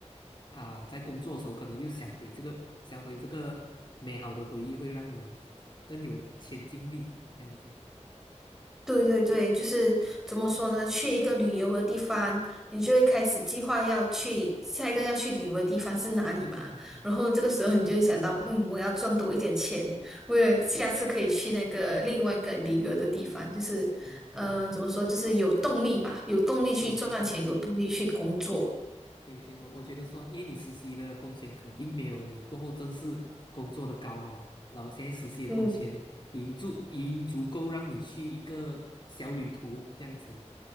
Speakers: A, on the left; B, in the centre.
A: 啊、在工作的时候可能又想回这个，想回这个美好的回忆，会让你更有前进力，这样子。
B: 对对对，就是怎么说呢？去一个旅游的地方，你就会开始计划要去下一个要去旅游的地方是哪里嘛。
A: 嗯嗯
B: 然后这个时候你就会想到，嗯，我要赚多一点钱，为了下次可以去那个另外一个旅游的地方，就是，
A: 嗯嗯，
B: 呃，怎么说，就是有动力吧，有动力去赚钱，
A: 哦，对。
B: 有动力去工作。
A: 对对，我我觉得说，因为你实习的工钱肯定没有你过后正式工作的高嘛，然后现在实习的工钱已经足已经足够让你去一个小旅途这样子，
B: 嗯